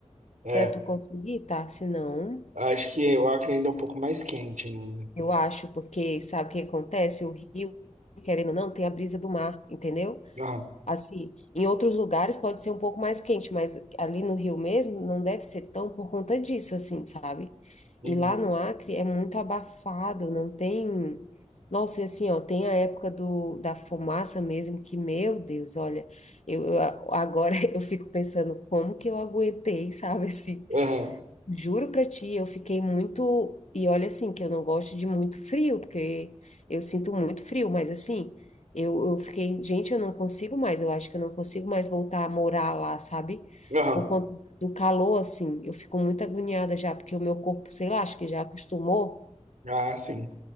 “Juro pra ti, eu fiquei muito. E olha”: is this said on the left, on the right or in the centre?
Left